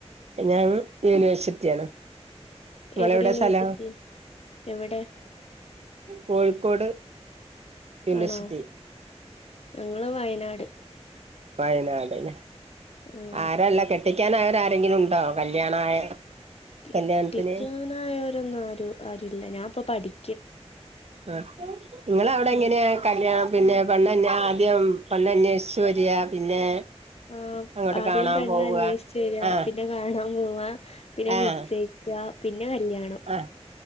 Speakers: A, on the right (about 65°); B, on the left (about 65°).
A: ഞാൻ യൂണിവേഴ്സിറ്റിയാണ്. നിങ്ങളെവിടെ
B: എവിടെ യൂണിവേഴ്സിറ്റി
A: സ്ഥലം?
B: എവിടെ
A: കോഴിക്കോട് യൂണിവേഴ്സിറ്റി.
B: ആണോ ഞങ്ങള് വയനാട്.
A: വയനാട്ലെ
B: ആഹ്
A: ആരാള്ള കെട്ടിക്കൻ ആയവരാരെങ്കിലും ഉണ്ടോ കല്യാണായ.
B: കെട്ടിക്കാനായവരൊന്നും
A: കല്യാണത്തിന്
B: ആരു ആരു ഇല്ല ഞാൻപ്പൊ പഠിക്ക.
A: ആ നിങ്ങളവിടെ
B: ആഹ്
A: എങ്ങനെയ. കല്യാണം പിന്നെ പെണ്ണന്നെ ആദ്യം പെണ്ണന്നെഷിച്ചു വര പിന്നെ
B: ആ
A: അങ്ങോട്ട്
B: ആദ്യം
A: കാണാൻ
B: പെണ്ണന്വേഷിച്
A: പോവുക
B: വര
A: ആഹ്
B: പിന്നെ കാണാ. പിന്നെ
A: ആഹ്
B: നിശചയിക്ക പിന്നെ കല്യാണം
A: ആഹ്